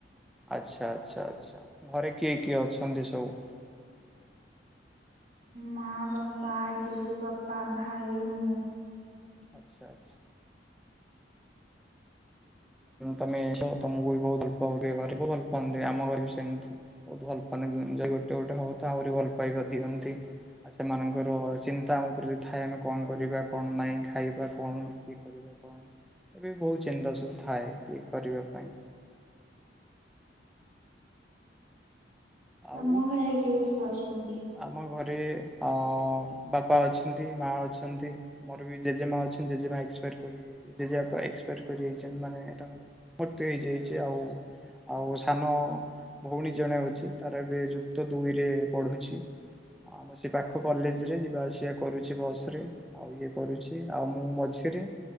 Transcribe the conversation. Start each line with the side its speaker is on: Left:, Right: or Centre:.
Centre: ଆଚ୍ଛା ଆଚ୍ଛା ଆଚ୍ଛା ଘରେ କିଏ କିଏ ଅଛନ୍ତି ସବୁ।
Right: ମା ବାପା ଜେଜ ବାପା ଭାଇ ମୁଁ।
Centre: ଆଚ୍ଛା ଆଚ୍ଛା। ତମେ ତମକୁ ବି ବହୁତ ଭଲ ପାଉଥିବେ ଘରେ ବହୁତ ଭଲ ପାନ୍ତି ଆମ ଘରେ ବି ସେମିତି। ବହୁତ ଭଲ ପାାନ ଦିଅନ୍ତି ଯାଇ ଗୋଟେ ଗୋଟେ ହବ ତ ଆହୁରି ଭଲ ପାଇବା ଦିଅନ୍ତି। ଆଉ ସେମାନଙ୍କର ଚିନ୍ତା ଆମ ପ୍ରତି ଥାଏ ଆମେ କଣ କରିବା କଣ ନାହିଁ ଖାଇବା କଣ? କରିବା କଣ ଏବେ ବହୁତ ଚିନ୍ତା ସବୁ ଥାଏ ଇଏ କରିବା ପାଇଁ।
Right: ତମ
Centre: ଆଉ
Right: ଘରେ କିଏ କିଏ ଅଛନ୍ତି?
Centre: ଆମ ଘରେ ଅ ବାପା ଅଛନ୍ତି ମା ଅଛନ୍ତି ମୋର ବି ଜେଜେ ମା ଅଛନ୍ତି ଜେଜେ ମା ଏକ୍ସପାଟ କରି ଜେଜେ ବାପା ଏକ୍ସପାଟ କରି ଯାଇଛନ୍ତି ମାନେ ତାଙ୍କର ମୃତ୍ୟୁ ହେଇଯାଇଛି ଆଉ ଆଉ ସାନ ଭଉଣୀ ଜଣେ ଅଛି ତାର ଏବେ ଯୁକ୍ତ ଦୁଇରେ ପଢୁଛି। ହଁ ସେ ପାଖ କଲେଜ ରେ ଯିବା ଆସିବା କରୁଛି ବସ ରେ। ଆଉ ଇଏ କରୁଛି ଆଉ ମୁଁ ମଝିରେ